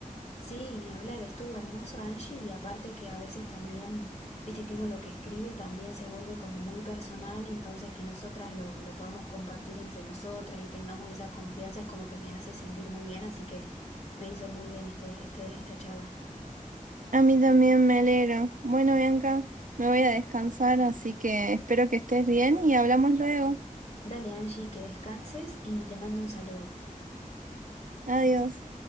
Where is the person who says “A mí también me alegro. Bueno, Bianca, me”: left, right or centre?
Right